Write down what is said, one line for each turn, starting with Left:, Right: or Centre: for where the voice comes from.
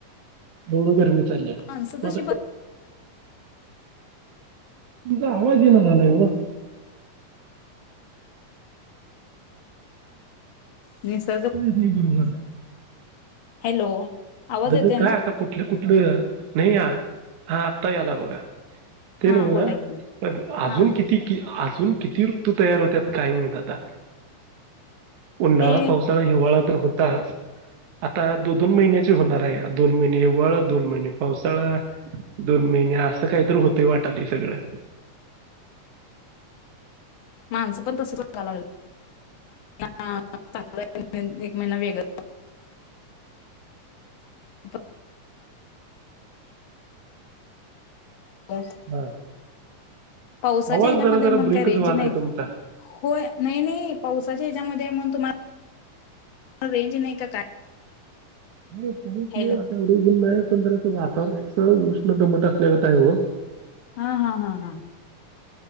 Right: एवढं गरमी चालल्या
Left: माणसं
Right: म
Left: जशी
Right: आता तुमचा आवाज येईना झालाय वं
Left: निसर्ग
Right: नही बरोबर.
Left: हॅलो. आवाज
Right: दघ
Left: येते ना
Right: काय आता कुठले कुठले नाही आ हा आत्ता याला बघा. ते
Left: हा
Right: नवं
Left: बोला की
Right: अजून
Left: हा
Right: किती? की अजून किती ऋतू तयार होत्यात काय म्हइत आता? उन्हाळा,
Left: ते
Right: पावसाळा, हिवाळा तर होताच आता दो दोन महिन्या होणार आहे दोन महिने हिवाळा, दोन महिने पावसाळा. दोन महिने असं काही तर होतय वाटालय सगळं.
Left: माणसं पण तस बघा लाग ह चांग <inaudible> एक महिना वेग जास्त पाऊस?
Right: हा.
Left: पावसाच्या
Right: आवाज
Left: हच्यामध्ये
Right: जरा जरा
Left: म्हणून
Right: ब्रेकच
Left: काय रेंज
Right: व्हायलाय
Left: नाही.
Right: तुमचा
Left: हो नाही नाही पावसाच्या हच्यामध्ये म्हणून तुम्हाला रेंज नाही का काय?
Right: नाही पाऊस
Left: हॅलो
Right: नाय आता एवढं उन नाही पण जरा वातावरण उष्ण, दमट असल्यागत हाय वो.
Left: हा हा हा हा.